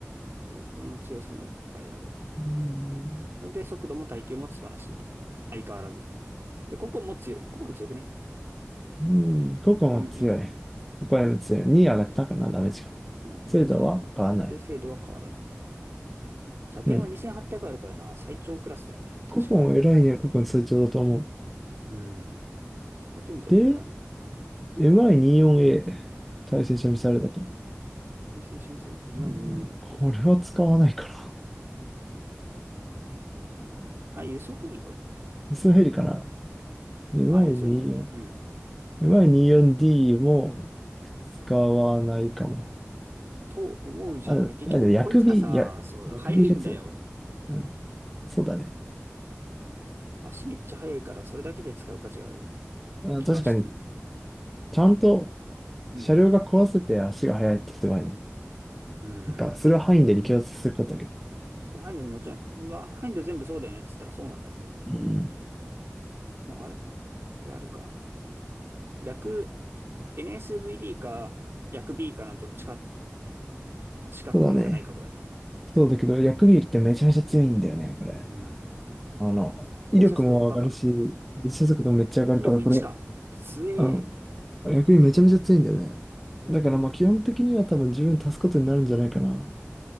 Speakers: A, on the right; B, in the centre.
A: そう、この強さもいっぱいある。
B: うん。
A: それで速度も耐久も素晴らしいと。相変わらず。で、ココンも強い。ココン強くね。
B: うん、ここも強い。
A: ココン M。
B: ここも強い。2上がったかな、ダメージが。
A: うん、ダメージに上がって精度は変わらない。
B: 精度は変わらない。
A: 射程も2800あるからな、
B: うん。
A: 最長クラスだよね、確か。
B: ここも偉いね、ここの成長だと思う。
A: うん。こうやって見るとやっぱ偉いな。
B: で、MI24A、対戦車ミサイルだと。
A: 対戦車ミサイル、に2
B: うん、
A: a
B: これは使わないから。
A: どれだあ、輸送ヘリこれ。
B: ミスヘリかな。MI24、
A: あ、輸送ヘリね。うん。
B: MI24D も使わないかも。
A: と思うじゃんね。
B: あ、でも、
A: 結局、
B: あでも薬味、
A: こいつらさ、
B: いや、
A: そう、
B: 薬味が強い。
A: 速いんだよ。
B: うん。そうだね。
A: 足めっちゃ速いから、それだけで使う価値がある
B: あ、
A: 気がしている。
B: 確かに、ちゃんと
A: うん。
B: 車両が壊せて足が速いってすごいね。
A: うん。
B: なんか、それは範囲で力圧することだけど。
A: ハインドにもちろん、うわハインド全部そうだよねって言ったらそうなんだけど。
B: うん。
A: まあ、あれこれあれか。逆、NSVD か、逆 B かのどっちかしか変化ないか、
B: そうだね。
A: これ。
B: そうだけど、薬味ってめちゃめちゃ強いんだよね、これ。
A: うん。
B: あの、威力も上がるし、
A: 連射速度バカ。
B: 列車速度もめっちゃ上がるから、
A: 威力1か。
B: これ、
A: 強え。
B: あの、薬味めちゃめちゃ強いんだよね。
A: えー、
B: だから、まあ、基本的には多分自分足すことになるんじゃないかな。